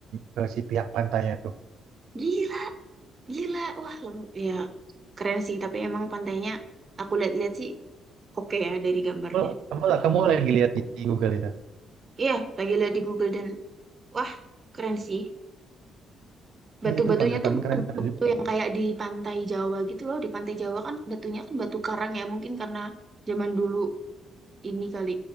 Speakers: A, on the right (about 80°); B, on the right (about 35°).
A: ke si pihak pantainya tuh
B: Gila, gila. Wah, lem- ya keren sih, tapi emang pantainya aku lihat-lihat sih oke ya dari gambarnya.
A: kamu kamu, kamu lagi lihat di Google itu
B: Iya, lagi lihat di Google dan wah, keren sih. Batu-batunya
A: Iya, itu pantai paling
B: tuh bukan
A: keren Aduh,
B: batu yang kayak di pantai Jawa gitu loh. Di pantai Jawa kan batunya kan batu karang ya, mungkin karena zaman dulu ini kali